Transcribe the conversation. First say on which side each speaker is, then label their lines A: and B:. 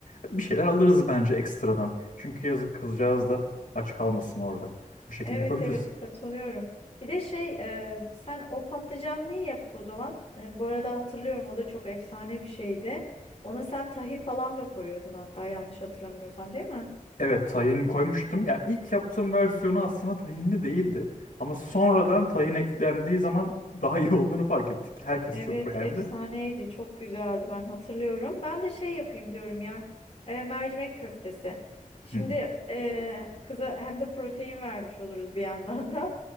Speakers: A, on the left; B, on the left.
A: bir şeyler alırız bence ekstradan. Çünkü yazık kızcağız da aç kalmasın orada. O şekilde
B: Evet
A: yapabiliriz.
B: evet katılıyorum. Bir de şey e, sen o patlıcanlıyı yap o zaman. E, bu arada hatırlıyorum o da çok efsane bir şeydi. Ona sen tahin falan da koyuyordun hatta yanlış hatırlamıyorsam değil mi?
A: Evet tahin koymuştum. Ya ilk yaptığım versiyonu aslında tahinli değildi. Ama sonradan tahin eklendiği zaman daha iyi <laughs> olduğunu fark ettik. Herkes
B: Evet
A: çok beğendi.
B: efsaneydi çok güzeldi ben hatırlıyorum. Ben de şey yapayım diyorum ya e, mercimek köftesi. Şimdi
A: Hı hı.
B: e, kıza hem de protein vermiş oluruz bir yandan da.